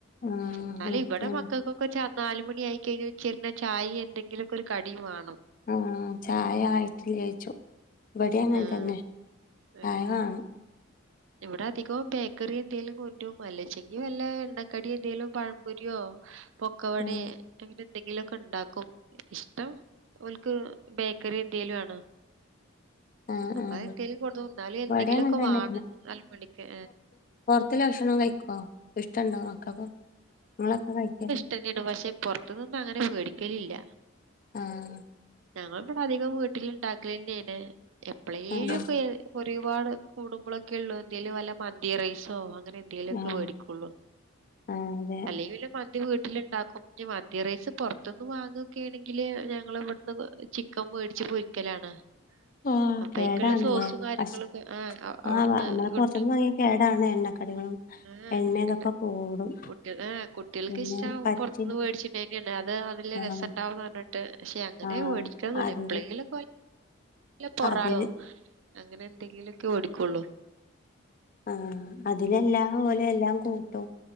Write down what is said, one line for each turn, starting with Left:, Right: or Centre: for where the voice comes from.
Left: ആഹ്
Right: എന്നാല
Left: മത്തിയാണ്
Right: ഇവിടെ മക്കൾക്ക നാല് മണിയാ യി കഴിഞ്ഞൽഉ ച്ചിരഞ്ഞ ചായ എന്തെിലൊക്കെ ഒരു കടിയും വേണം
Left: ആ ചായ ആയിട്ടില്ല ചോയിക്കും ഇവിടെ അങ്ങനെ
Right: ആഹ്
Left: തന്നെ
Right: ഏഹ്
Left: ചായ വേണം
Right: ഇവിടെ അധികം ബേക്കറി എന്തെങ്കലും കൊണ്ടുവരും അല്ലചെ ങ്കി വല്ല എണ്ണക്കടി എന്തേങ്കലും പഴംപൊരിയോ പൊക്കവടെ
Left: ഉം
Right: അങ്ങനെ എന്തെങ്കിലുമൊക്കെ ഉണ്ടാക്കും ഇഷ്ടം അവർ ക്ക് ബേക്കറി എ ന്ത്യയിലും ആണ്
Left: ആഹ്
Right: അപ്പൊ
Left: ആഹ്
Right: അത എന്തെങ്കിലും കൊടെ തോന്നാല് എന്തെങ്കിലു
Left: ഇവിടേം
Right: ഒക്കെ
Left: അങ്ങനെ തന്നെ
Right: വാങ്ങും നാ ല് മണിക്ക്
Left: പുറത്തുള്ള ഭക്ഷണം കഴിക്കോ ഇഷ്ടുണ്ടാവോ മക്കൾക്ക നിങ്ങളൊക്കെ കഴിക്കോ
Right: ഇഷ്ടം തന്നെയാണ് പക്ഷെ പുറത്തു നിന്നും അങ്ങനെ മേടിക്കലില്ല
Left: ആഹ
Right: ഞങ്ങൾ ഇവിടെ അധികം വീട്ടില്ണ്ടാക്കലന്നേനെ എപ്പളെ
Left: ആഹ്
Right: ഒക്കെ ഒരുപാട് കൂടുമ്പോളോക്കെ ഉള്ളൂ എന്തേൽ വല്ല മന്തി റൈസോ അങ്ങനെ ങ്കിലൊക്കെ
Left: ആഹ്
Right: വേടിക്കുള്ളു
Left: ആഹ് അതെ
Right: അല്ലെങ്കില് മന്തി വീട്ടില്ണ്ടാക്കും മന്തി റൈസ് പൊറത്തിന്ന് വാങ്ങുക്കെണെങ്കിൽ ങ്കില് ഞങ്ങള് ഇവിടുന്ന് ചിക്കൻ മേടിച്ച് പൊരിക്കലാണ്
Left: ആഹ്
Right: അ പൈക്കുള്ള
Left: കേടാണ്ല്ലേ
Right: സോസും കാര്യങ്ങളൊക്കെ
Left: ഭക്ഷ
Right: ആ് അവിടുന്ന്
Left: ആഹ് നമ്മള്
Right: കിട്ടും
Left: പൊറത്ത്ന്ന് വാങ്ങിയ കേടാണ് എണ്ണക്കടികളും
Right: ആ
Left: എണ്ണ ഇതൊക്കെ
Right: എന്നെ
Left: കൂടും
Right: കുട്ടിക കുട്ടികൾക്ക്
Left: പിന്നെ
Right: ഇഷ്ട
Left: പറ്റി
Right: പുൊറത്തുന്ന് വേടിച്ചിണ് അത് അതില്
Left: ആഹ്
Right: രസംണ്ടാവന്ന് പറഞ്ഞിട്ട് പക്ഷെ അങ്ങനെ
Left: ആഹ്
Right: മേടിക്കണം
Left: അതില്
Right: എപ്പോളെങ്കിലൊ ക്കെ പൊറോ
Left: അതില്
Right: അങ്ങനെ എന്തെങ്കിലുക്കെ വേടിക്കുള്ളൂ
Left: ആഹ അതിലെല്ലാ ഓലെല്ലാം കൂട്ടും